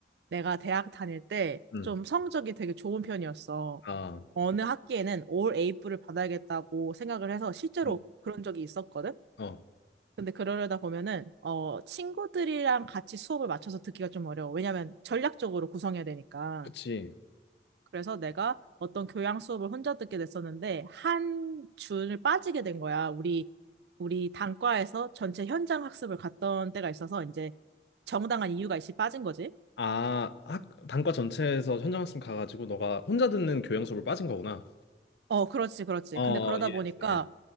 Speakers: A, on the right (about 70°); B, on the left (about 75°).
A: 내가 대학 다닐 때
B: 음.
A: 좀 성적이 되게 좋은 편이었어.
B: 아,
A: 어느 학기에는 올 A뿔을 받아야겠다고 생각을 해서 실제로
B: 음,
A: 그런 적이 있었거든.
B: 어,
A: 근데 그러려다 보면은 어 친구들이랑 같이 수업을 맞춰서 듣기가 좀 어려워. 왜냐면 전략적으로 구성해야 되니까.
B: 그치.
A: 그래서 내가 어떤 교양 수업을 혼자 듣게 됐었는데 한 준을 빠지게 된 거야. 우리 우리 단과에서 전체 현장 학습을 갔던 때가 있어서 이제 정당한 이유가 있이 빠진 거지.
B: 아, 학, 단과 전체에서 현장학습 가가지고 너가 혼자 듣는 교양 수업을 빠진 거구나.
A: 어, 그렇지, 그렇지.
B: 어,
A: 근데 그러다
B: 예스,
A: 보니까
B: 예스.